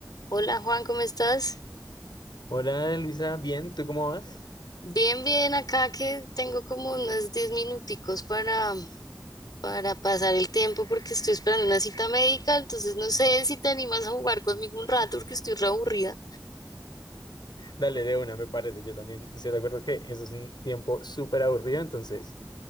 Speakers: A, on the left; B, on the left.
A: Hola Juan, ¿cómo estás?
B: Hola Luisa, bien, ¿tú cómo vas?
A: Bien, bien, acá que tengo como unos 10 minuticos para, para pasar el tiempo porque estoy esperando una cita médica, entonces no sé si te animas a jugar conmigo un rato porque estoy re aburrida.
B: Dale, de una, me parece. Yo también estoy de acuerdo que eso es un tiempo súper aburrido, entonces,